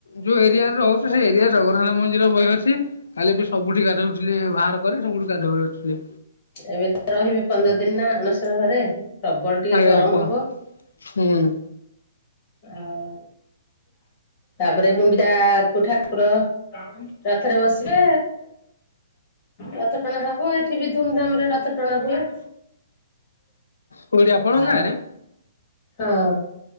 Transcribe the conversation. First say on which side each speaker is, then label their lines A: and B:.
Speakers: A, on the left; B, on the left.
A: ଯୋଉ ଏରିଆରେ ରହୁଚୁ ସେଇ ଏରିଆରେ ଜଗନ୍ନାଥ ମନ୍ଦିର ବହେ ଅଛି। କାଲି ବି ସବୁଠି ଗାଧଉ। ଥିଲେ ବାହାର କରି ସବୁଠୁ ଗାଧଉଥିଲେ।
B: ଏବେ ତ ରହିବେ ପନ୍ଦର ଦିନ ନା ଅଣେଶର ଘରେ। ପ୍ରବଳ ଟିକେ
A: ଆଜ୍ଞା
B: ଗରମ
A: ଆପଣ
B: ହବ
A: ହୁଁ।
B: ଆଉ। ତାପରେ ଗୁଣ୍ଡିଚାକୁ ଠାକୁର। ରଥରେ ବସିବେ ରଥ ଟଣା ହବ ଏଠି। ଏଠି ବି ଧୁମଧାମ ରେ ରଥ ଟଣା ହୁଏ।
A: କୋଉଠି ଆପଣଙ୍କ
B: ଆଉ
A: ଗାଁରେ।
B: ହଁ।